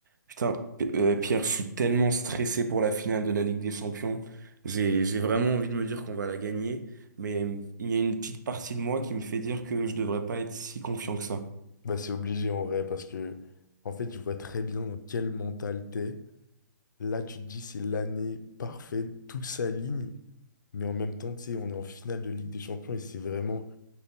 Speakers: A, on the right; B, on the left.
A: Putain, P- euh, Pierre, je suis tellement stressé pour la finale de la Ligue des Champions. J'ai, j'ai vraiment envie de me dire qu'on va la gagner, mais euh, il y a une petite partie de moi qui me fait dire que je devrais pas être si confiant que ça.
B: Bah, c'est obligé en vrai parce que en fait je vois très bien dans quel mental t'es. Là tu te dis c'est l'année parfaite, tout s'aligne, mais en même temps tu sais on est en finale de Ligue des Champions et c'est vraiment